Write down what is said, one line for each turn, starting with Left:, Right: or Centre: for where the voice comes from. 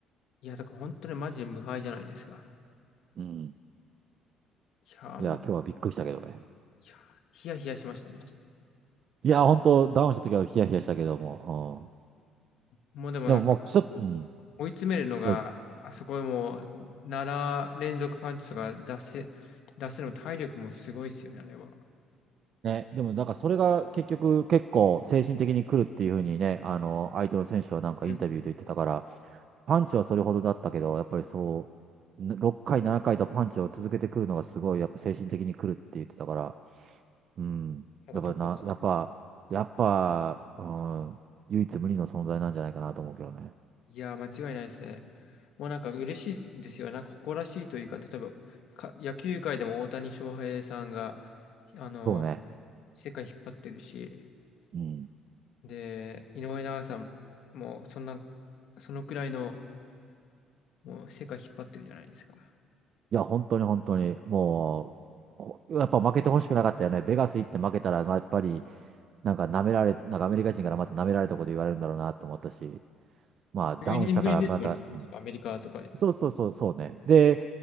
Left: いや、だから本当にマジで無敗じゃないですか。
Right: うん。
Left: いやーもう、
Right: いや、今日はびっくりしたけどね。
Left: いやーヒヤヒヤしましたね。
Right: いや、本当ダウンした時はヒヤヒヤしたけども、
Left: もうでもなんか、
Right: うん。でももう一つ、うん、
Left: 追い詰めるのが、
Right: どうぞ。
Left: あそこでもう、7連続パンチとか出せ、出せるのも体力もすごいですよね、あれは。
Right: ね、でもなんかそれが結局結構精神的に来るっていうふうにね、あの、相手の選手はなんかインタビューで言ってたから、
Left: うん
Right: パンチはそれほどだったけど、やっぱりそう、ぬ6回、7回とパンチを続けてくるのがすごい、やっぱ精神的に来るって言ってたから、うん、やっぱな、
Left: 男
Right: やっぱ、やっぱ、うん、唯一無二の存在なんじゃないかなと思うけどね。
Left: いやー、間違いないですね。もうなんか嬉しいですよね。なんか誇らしいというか、例えばか野球界でも大谷翔平さんが、あのー
Right: そうね。
Left: 世界引っ張ってるし、
Right: うん。
Left: で、井上尚弥さんもそんな、そのくらいの、もう世界引っ張ってるじゃないですか。
Right: いや、本当に本当に、もう、やっぱ負けてほしくなかったよね。ベガス行って負けたら、まあやっぱり、なんか舐められ、なんかアメリカ人からまた舐められたこと言われるんだろうなと思ったし、まあダウンしたからまた、
Left: 10年ぶりですもんね、確かアメリカとかで。
Right: うんそうそうそう、そうね。で、